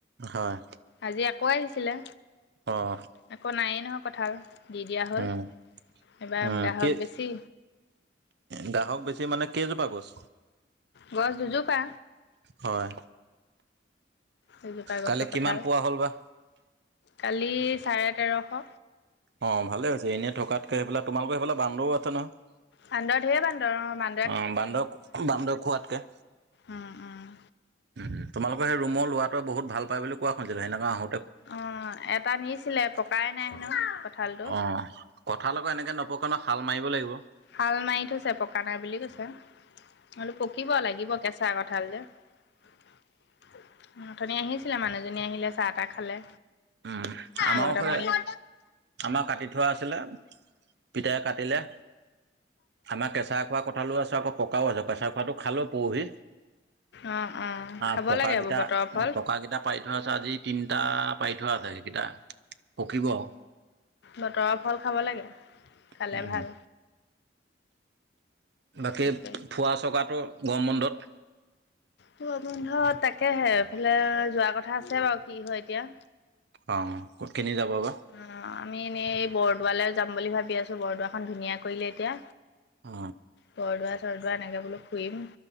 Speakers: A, on the right; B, on the left.
A: হয়।
B: আজি আকৌ আহিছিলে।
A: অ',
B: আকৌ নায়েই নহয় কঁঠাল। দি দিয়া হ'ল,
A: উম
B: এইবাৰ
A: অ
B: গ্ৰাহক
A: কি
B: বেছি।
A: গ্ৰাহক বেছি মানে কেইজোপা গছ?
B: গছ দুজোপা।
A: হয়।
B: দুজোপা গছৰ
A: কালি
B: কঁঠাল
A: কিমান পোৱা হ'ল বা?
B: কালি চাৰে তেৰশ।
A: অ', ভালে হৈছে এনেই থকাতকে এইবিলক। তোমালোকৰ সেইফালে বান্দৰো আছে নহয়?
B: বান্দৰ, ধেৰ বান্দৰ। অ', মা
A: অ, বান্দৰ, বান্দৰ খোৱাতকে
B: উম, উম।
A: উম, উম। তোমালোকৰ সেই ৰুমৰ ল'ৰাটোৱে বহুত ভাল পায় বুলি কোৱা শুনিছিলো, সেইদিনাখন আহো
B: অ', এটা নিছিলে পকাই নাই হেনো কঁঠালটো।
A: অ কঁঠাল আকৌ এনেকে নপকে ন শাল মাৰিব লাগিব
B: শাল মাৰি থৈছে, পকা নাই বুলি কৈছে। মই বোলো পকিব লাগিব, কেঁচা কঠাল যে। উম, অথনি আহিছিলে মানুহজনী আহিলে, চাহ-তাহ খালে।
A: উম। আমাৰো
B: ঘৰতে
A: খুৰে
B: বনিলে
A: আমাৰ কাটি থোৱা আছিলে। পিতাই কাটিলে। আমাৰ কেঁচাই খোৱা কঁঠালো আছে, আকৌ পকাও আছে। কেঁচাই খোৱাটো খালো, পৰহি।
B: অ অ
A: আ,
B: খাব
A: পকাকিটা,
B: লাগে এইবোৰ বতৰৰ ফল
A: পকাকিটা পাৰি তাৰপিছত আজি তিনিটা পাৰি থোৱা আছে, সেইকেইটা পকিব আৰু।
B: বতৰ ফল খাব লাগে।
A: উম
B: খালে ভাল।
A: বাকী
B: তাকে
A: ফোৱা-চকাটো গৰম বন্ধত?
B: গৰম বন্ধত তাকেহে, এইফালে যোৱা কথা আছে বাৰু! কি হয় এতিয়া।
A: অ', ক'ত কেনি যাব বা?
B: অ', আমি এনেই এই বৰদোৱালৈ যাম বুলি ভাবি আছো। বৰদোৱাখন ধুনীয়া কৰিলে এতিয়া।
A: অ
B: বৰদোৱা-চৰদোৱা এনেকৈ বোলো ফুৰিম।